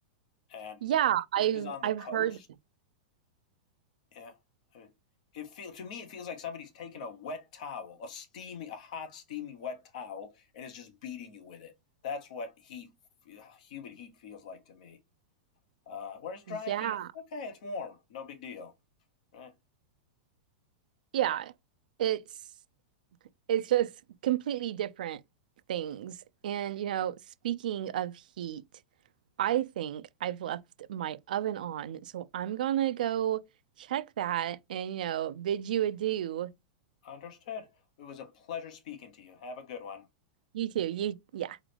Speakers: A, on the left (about 60°); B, on the right (about 85°).
A: And
B: Yeah,
A: places
B: I've
A: on the
B: I've
A: coast,
B: heard
A: yeah, I mean, it feel to me it feels like somebody's taking a wet towel, a steamy, a hot, steamy wet towel, and is just beating you with it. That's what heat, humid heat feels like to me. Uh, where's dry
B: yeah.
A: heat? It's okay, it's warm. No big deal. Right?
B: Yeah. It's it's just completely different things. And you know, speaking of heat, I think I've left my oven on, so I'm gonna go check that and, you know, bid you adieu.
A: Understood. It was a pleasure speaking to you. Have a good one.
B: You too. You, yeah.